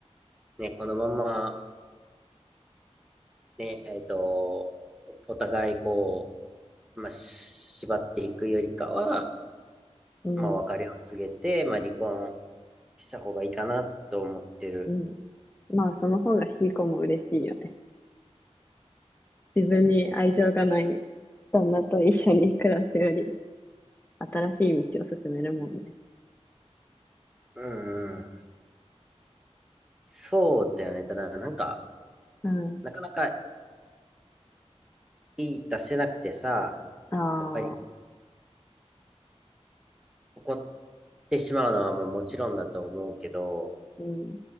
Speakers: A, in the centre; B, on the left.
A: ね、このままね、えっと、お互いこう、まあ、し縛っていくよりかは、
B: うん、
A: まあ、別れを告げて、まあ、離婚した方がいいかなと思ってる。
B: うん。まあ、その方がシーコも嬉しいよね。自分に愛情がない旦那と一緒に暮らすより、新しい道を進めるもんね。
A: うん、そうだよね。ただ、なんか、
B: うん。
A: なかなか言い出せなくてさ、
B: ああ、
A: やっぱり怒ってしまうのはまあもちろんだと思うけど、
B: うん、